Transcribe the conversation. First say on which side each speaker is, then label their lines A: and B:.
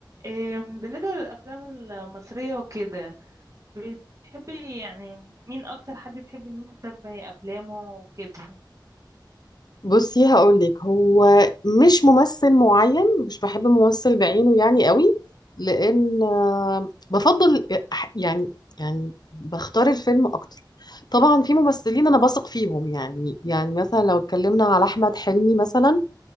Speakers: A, on the right; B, on the left.
A: إم، بالنسبة للأفلام المصرية وكده بتحبي يعني مين أكتر حد تحبي إن أنت تتابعي أفلامه وكده
B: بصي هقولك هو مش ممثل معين مش بحب ممثل بعينه يعني قوي لان آه، بفضل أح- يعني يعني بختار الفيلم اكتر طبعا في ممثلين انا بثق فيهم يعني يعني مثلا لو اتكلمنا على احمد حلمي مثلا